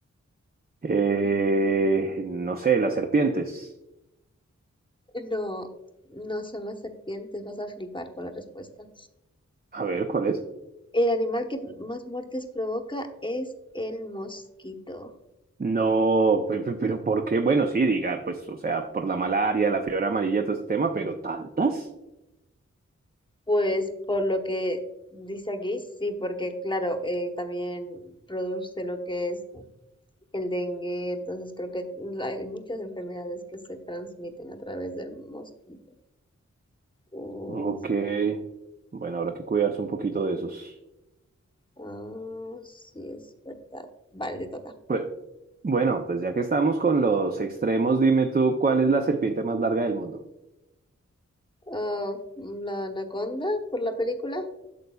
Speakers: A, on the right; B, on the left.
A: Eh, no sé, las serpientes.
B: no, no son las serpientes, vas a flipar con la respuesta.
A: A ver, ¿cuál es?
B: El animal que pr- más muertes provoca es el mosquito.
A: No, pe- pe- pero ¿por qué? Bueno, sí, diga, pues, o sea, por la malaria, la fiebre amarilla, todo este tema, pero ¿tantas?
B: Pues por lo que dice aquí, sí, porque claro, eh, también produce lo que es el dengue, entonces creo que hay muchas enfermedades que se transmiten a través del mosquito. Uf,
A: Ok, bueno, habrá que cuidarse un poquito de esos.
B: ah, sí, es verdad. Vale, te toca.
A: Pues, bueno, pues ya que estamos con los extremos, dime tú, ¿cuál es la serpiente más larga del mundo?
B: Ah, la anaconda por la película.